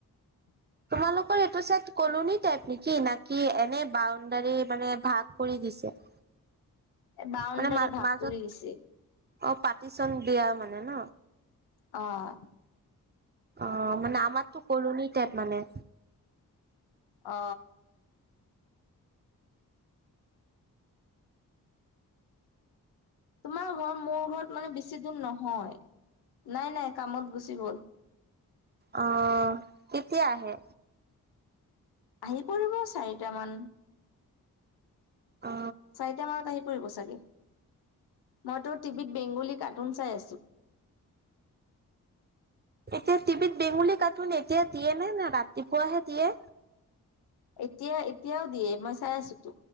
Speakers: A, on the left; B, on the right.
A: উম।
B: তোমালোকৰ এইটো চাইড কলনি টাইপ নেকি, নাকি এনে বাউণ্ডাৰী মানে ভাগ কৰি দিছে।
A: বাউণ্ডাৰী
B: মানে মা
A: ভাগ
B: মাজত
A: কৰি দিছে।
B: অ পাতিচোন বিয়া মানে ন।
A: অঁ।
B: অ, মানে আমাৰতো কলনিট মানে।
A: অ। তোমাৰ ঘৰ মোৰ ঘৰত মানে বেছি দূৰ নহয়। নাই নাই কামত গুচি গ'ল।
B: অ কেতিয়া আহে?
A: আহি পৰিব চাৰিটামান
B: অ
A: চাৰিটা মানত আহি পৰিব চাগে? মইতো টিভিত বেংগলী কাৰ্টুন চাই আছো।
B: এতিয়া টিভিত বেঙুলী কাৰ্টুন এতিয়া দিয়ে নে? নে ৰাতিপুৱাহে দিয়ে।
A: এতিয়া এতিয়াও দিয়ে মই চাই আছো তো।